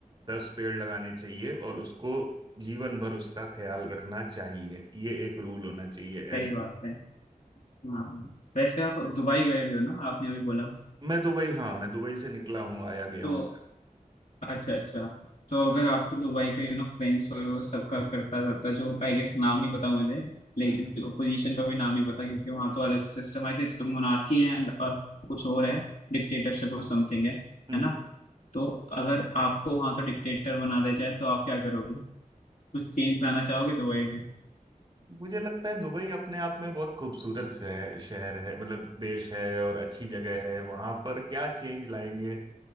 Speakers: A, on the right (about 30°); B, on the left (about 60°).
A: दस पेड़ लगाने चाहिए और उसको जीवन भर उसका ख्याल रखना चाहिए ये एक रूल होना चाहिए
B: सही
A: ऐसा
B: बात है हाँ वैसे आप दुबई गए हुए हो ना आपने अभी बोला
A: मैं दुबई हाँ मैं दुबई से निकला हूँ आया गया
B: तो
A: हूँ
B: अच्छा अच्छा तो अगर आपको दुबई का यू नो फ्रेंड्स और वो सबका करता रहता जो आई गेस नाम नहीं पता मुझे लेकिन
A: हम्म
B: पोजीशन का भी नाम नहीं पता क्योंकि वहाँ तो अलग सिस्टम है कि तो मोनार्की है एंड कुछ और है डिक्टेटरशिप और समथिंग है
A: हम्म
B: है ना तो अगर आपको वहाँ का डिक्टेटर बना दिया जाए तो आप क्या करोगे कुछ चेंज लाना चाहोगे दुबई में
A: मुझे लगता है दुबई अपने आप में बहुत खूबसूरत शहर शहर है मतलब देश है और अच्छी जगह है वहां पर क्या चेंज लाएंगे